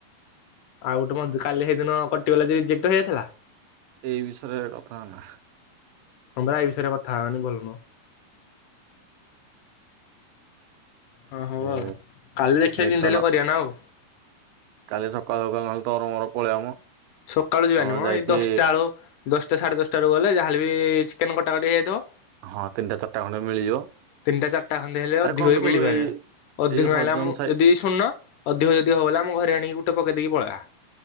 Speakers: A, on the left; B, on the right.
A: ଆଉ ଗୋଟେ ମତେ କାଲି ହେଇ ଦିନ କଟିଗଲା ଯେ ରିଜେକ୍ଟ ହେଇଯାଥିଲା।
B: ଏହି ବିଷୟରେ କଥା ହୋଅନା।
A: ହଁ ପା ଏଇ ବିଷୟରେ କଥା ହବାନି ଭଲ ନୁହଁ। ହଁ ହୋଉ
B: ଏ
A: ଆଉ କାଲି ଦେଖିଆ
B: ମିଟନ
A: ଯେମତି ହେଲେ କରିବା ନା ଆଉ।
B: କାଲି ସକାଳୁ ସକାଳୁ ନହଲେ ତୋର ମୋର ପଳେଇବା ମ।
A: ସକାଳୁ ଯିବାନି
B: ତମର
A: ମ
B: ଯାଇକି
A: ଏଇ ଦଶଟା ବେଳୁ ଦଶଟା ସାଢ଼େ ଦଶଟାରୁ ଗଲେ ଯାହା ହେଲେ ବି ଚିକେନ କଟାକଟି ହେଇଯାଇଥିବ।
B: ହଁ ତିନିଟା ଚାରିଟା ଖଣ୍ଡେ ମିଳିଯିବ
A: ତିନିଟା ଚାରିଟା ଖଣ୍ଡେ ହେଲେ
B: ଆରେ
A: ଅଧିକ
B: କଣ
A: ବି
B: କହିଲୁ
A: ମିଳିପାରିବା
B: ଏଇ
A: ଅଧିକ
B: ଏଇ ହରିଜନ
A: ହେଲା ମୁଁ
B: ସାହି
A: ଯଦି ଶୁଣୁନ ଅଧିକ ଯଦି ହବ ବୋଲେ ଆମ ଘରେ ଆଣିକି ଗୋଟେ ପକେଇ ଦେଇେଇକି ପଳେଇବା।